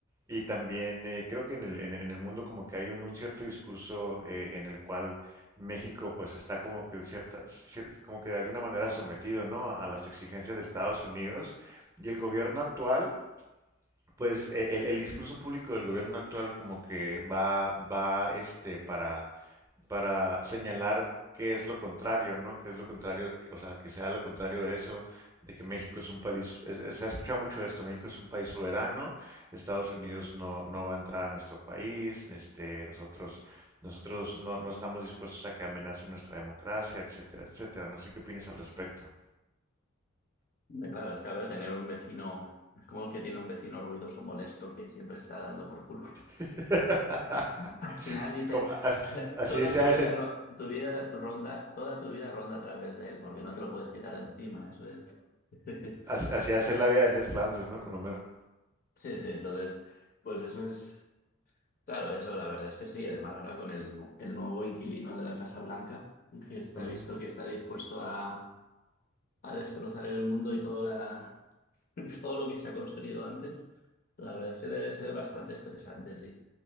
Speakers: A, on the right; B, on the left.
A: y también eh, creo que en el, en, en el mundo como que hay un, un cierto discurso eh, en el cual México pues está como que cierta, cier- como que de alguna manera sometido, ¿no? a a las exigencias de Estados Unidos y el gobierno actual pues eh, el, el discurso público del gobierno actual como que va, va este para, para señalar qué es lo contrario, ¿no? Qué es lo contrario, o sea, que sea lo contrario de eso, de que México es un país, es- es- se ha escuchado mucho esto, México es un país soberano, Estados Unidos no, no va a entrar a nuestro país, este, nosotros, nosotros no, no estamos dispuestos a que amenacen nuestra democracia, etcétera, etcétera. No sé qué opinas al respecto.
B: Hombre, Claro, es que a ver, tener un vecino, es como el que tiene un vecino ruidoso, molesto, que siempre está dando por culo.
A: <laughs>
B: <laughs> Al final dices,
A: Como- as-
B: <laughs>
A: Así,
B: toda
A: sea
B: tu vida, ro- tu vida ronda, toda tu vida ronda a través de él, porque no te lo puedes quitar de encima, eso es. <laughs>
A: Así, así hace la vida de Ned Flanders, ¿no? Con Homero.
B: Sí, sí, entonces, pues eso es, claro, eso la verdad es que sí, además ahora con el, nu- el nuevo inquilino de la Casa Blanca, que está
A: Ujú.
B: visto que está dispuesto a, a destrozar el mundo y todo <laughs> todo lo que se ha construido antes, la verdad es que debe ser bastante estresante, sí.